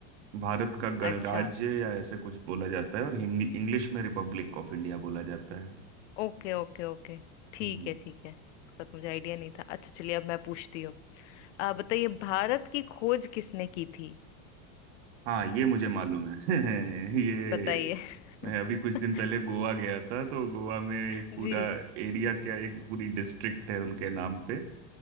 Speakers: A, on the right; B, on the left.
A: भारत का गणराज्य
B: अच्छा
A: या ऐसे कुछ बोला जाता है और हिंग- इंग्लिश में रिपब्लिक ऑफ इंडिया बोला जाता है
B: Okay okay okay ठीक
A: हम्म।
B: है ठीक है इसका तो मुझे आइडिया नहीं था अच्छा चलिए अब मैं पूछती हूँ आप बताइए भारत की खोज किसने की थी
A: हाँ ये मुझे मालूम है <laughs> ये
B: बताइए <laughs>
A: मैं अभी कुछ दिन पहले गोवा गया था तो गोवा में एक
B: जी
A: पूरा एरिया क्या एक पूरी डिस्ट्रिक्ट है उनके नाम पे